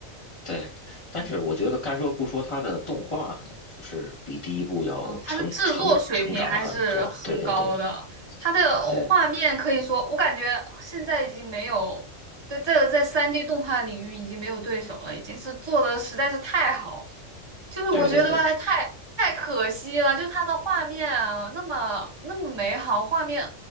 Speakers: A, on the left; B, on the right.
A: 对。但是我觉得该说不说，他的动画就是比第一部要成成成长很多。
B: 嗯，它的制作水平还是很高的，
A: 对对对
B: 它的画面可以说，
A: 对
B: 我感觉现在已经没有，在在在三 d 动画领域已经没有对手了，已经是做的实在是太好了就是我觉得吧，
A: 对对对，
B: 太太可惜了，就它的画面啊，那么那么美好，画面